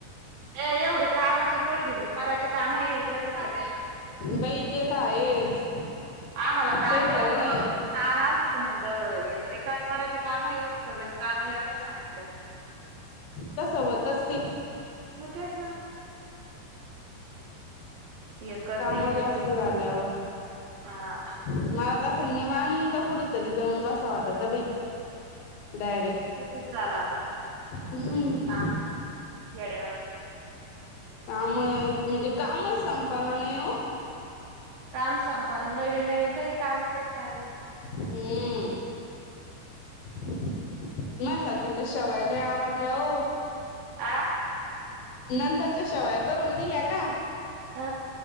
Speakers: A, on the right (about 70°); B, on the left (about 70°).
A: ए एवढे कामाचे लोड घेऊन बे मराचे काम आहे प्रतीक्षा ताई.
B: बाई ते तर आहेच.
A: आम्हाला ताज
B: काही खरं
A: एवढं
B: नाही
A: ताण आलतात म्हणलं हे तरी का मरायचे काम आहे एवढे सगळेच काम आहे या तर सांगितले.
B: तसं होतंस ती.
A: म तेच ना. य कर
B: काम
A: ते कर
B: जास्त
A: ते
B: झाल्यावर
A: हा.
B: मला तर संन्यवांत कुढे तरी जमं वाटत बई डायरेक्ट
A: तसच झालं आता
B: हम्म
A: गडेवाई
B: काम म्हणजे कामच संपना नाही हो
A: काम संपना नवीन नवीन काही कामच चालले
B: हम्म नाही साातिकला शवायला आवडल्या हो
A: आ
B: नंतरच्या शेवया करून दिल्या का?
A: अ